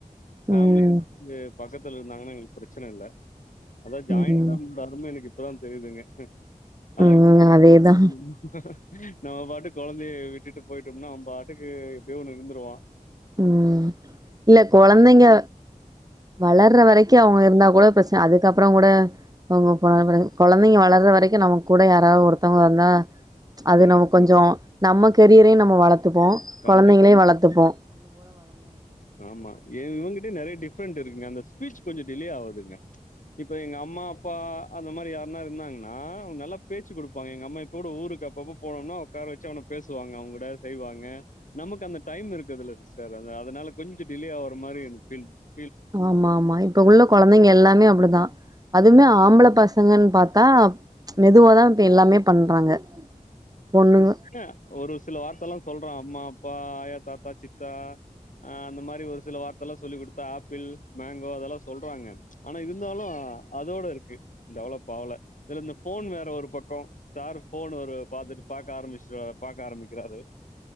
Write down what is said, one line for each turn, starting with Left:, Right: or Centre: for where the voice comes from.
Left: பெமலியு
Right: ம்
Left: வந்து பக்கத்துல இருந்தாங்கன்னா எங்களுக்கு பிரச்சன இல்ல அதா ஜாயின்
Right: ம்
Left: பெலியோட அரும எனக்கு இப்பதா தெரியுதுங்க அ
Right: ம் அதேதா
Left: <inaudible> நம்ம பாட்டு குழந்தைய விட்டுட்டு போயிட்டோம்னா அவ பாட்டுக்கு எப்டியோ ஒண்ணு இருந்துருவா
Right: ம் இல்ல கொழந்தைங்க வளர்ற வரைக் கு அவுங்க இருந்தா கூட பிரச்சன அதுக்கப்றோ கூட அவுங்க கொழந்தங்க வளர வரைக்கு நமக்கு கூட யாராவது ஒருத்தவங்க வந்தா அது
Left: ம்
Right: நமக் கொஞ்சோ நம்ம கெரியரையு நம்ம வளத்துப்போ
Left: கண்டிப்பா
Right: கொழந்தைங்களையு வளத்துப்போ
Left: ஆமா இவங்கிட்ட நெறைய டிஃப்ரெண்ட்டு இருக்குங்க அந்த ஸ்பீச் கொஞ்சோ டிலே ஆகுதுங்க இப்ப எங்க அம்மா அப்பா அந்த மாரி யாருனா இருந்தாங்கன்னா அவுங்க நல்ல பேச்சு கொடுப்பாங்க எங்க அம்மா இப்போ கூட ஊருக்கு அப்போ போ போனோம்னா உக்கார வச்சு அவன பேசுவாங்க அவ கூட செய்வாங்க நமக்கு அந்த டைம் இருக்குதுல்ல சேர் அதனால கொஞ்சோ டிலே ஆவுற மாரி எனக்கு பீல்
Right: ஆமா ஆமா இப்ப உள்ள கொழந்தைங்க எல்லாமே அப்டிதா அதுமே ஆம் ஆம்பள பசங்கன்னு பாத்தா மெதுவா தா இப்ப எல்லாமே பண்றாங்க பொண்ணுங்க
Left: எ ஒரு சில வார்த்த எல்லா சொல்றோ அம்மா அப்பா ஆயா தாத்தா சித்தா ஆ அந்த மாரி ஒரு சில வார்த்த எல்லா சொல்லி் கொடுத்தா ஆப்பிள் மேங்கோ அதெல்லா சொல்றாங்க ஆனா இருந்தாலு அதோட இருக்கு டெவளப் ஆவ்ல இதுல இந்த ஃபோன் வேற ஒரு பக்கோ சார் ஃபோன் வேரு பாத்துட்டு பாக்க ஆரம்பிச்சுடா பாக்க ஆரம்பிக்கிறாரு